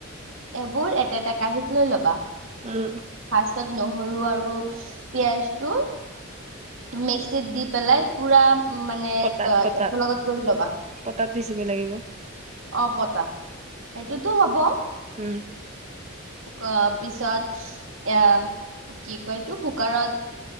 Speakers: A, on the right (about 70°); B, on the right (about 35°).
A: এইবোৰ একেটা কাঁহীত লৈ ল'বা।
B: উম।
A: ফাৰ্ষ্টটত নহৰু আৰু পিয়াঁজটো মিক্সিত দি পেলাই পুৰা মানে
B: পতাত
A: একেলগত
B: পতাত
A: কৰি ল'বা
B: পতাত পিচিব লাগিব।
A: অ পতা সেইটোতো হ'ব।
B: উম
A: অ পিছত এ কি কয় এইটো কুকাৰত